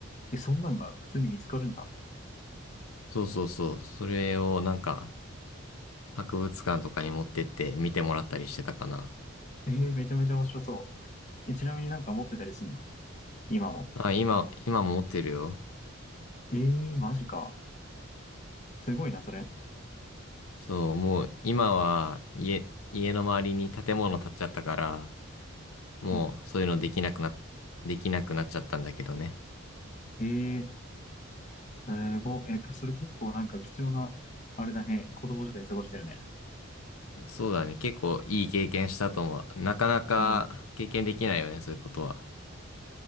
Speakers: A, on the left; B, on the left.
A: え、そんなんが普通に見つかるんだ。
B: そうそうそう。それをなんか、博物館とかに持ってって見てもらったりしてたかな。
A: えー、めちゃめちゃ面白そう。え、ちなみになんか持ってたりすんの今も。
B: あ、今、今も持ってるよ。
A: えー、マジか。すごいな、それ。
B: そう、もう今は家、家の周りに建物建っちゃったから、もうそういうのできなくな、
A: うん。
B: できなくなっちゃったんだけどね。
A: えー、すごい。え、それ結構なんか貴重な、あれだね。子供時代過ごしてるね。
B: そうだね。結構いい経験したと思う。なかなか経験できないよね、
A: うん。
B: そういうことは。